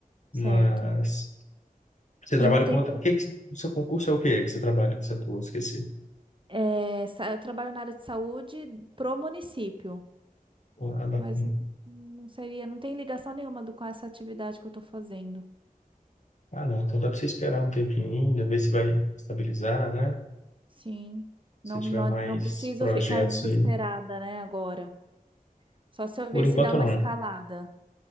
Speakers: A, on the left (about 50°); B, on the right (about 35°).
A: Mas
B: certo.
A: você trabalha
B: E não tem.
A: com outra...
B: pro-
A: O que que... O seu concurso é o quê que você trabalha, que você atua? Eu Esqueci.
B: é, sa- eu trabalho na área de saúde pro município,
A: A data.
B: mas não seria, não tem ligação nenhuma do, com essa atividade que eu estou fazendo.
A: Ah, não. Então dá para você esperar um tempinho ainda, ver se vai estabilizar, né?
B: Sim.
A: Se
B: Não,
A: tiver
B: não,
A: mais
B: não preciso
A: projetos
B: ficar desesperada,
A: aí.
B: né, agora. Só se eu
A: Por
B: ver
A: enquanto,
B: se dá uma
A: não.
B: escalada.